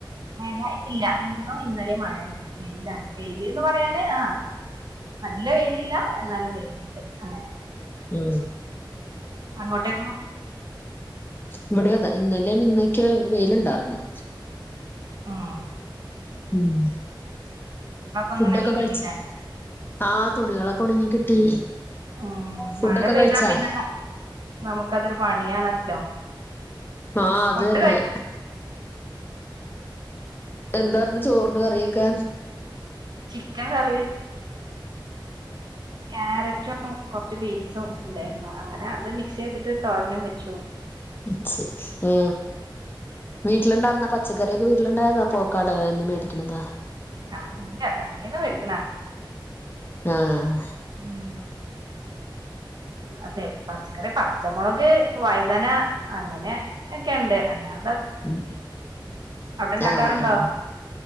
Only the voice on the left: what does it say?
ഉം
ഇവിടെതാ ഇന്നലെ ഇന്നക്കെ ഒരു വെയിലുണ്ടാർന്ന്.
ഉം ഫുഡൊക്കെ
കഴിച്ചാ?
ആഹ് തുണികളൊക്കെ ഒണങ്ങി കിട്ടി.
ഫുഡൊക്കെ
കഴിച്ചാ
ആഹ് അതെന്നെ
എന്താന്ന് ചോറിന് കറിയൊക്കാ
<unintelligible> ആ വീട്ടിലുണ്ടായിുന്ന പച്ചക്കറിയക്കെ വീ വട്ടുണ്ടായിരുന്നാ <unintelligible> പോക്കാടകും മേടിക്കണതാ
ആഹ
<unintelligible>
ആഹ ആഹ